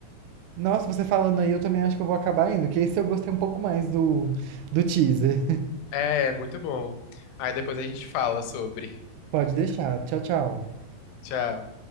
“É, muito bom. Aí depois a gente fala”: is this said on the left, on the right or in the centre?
Left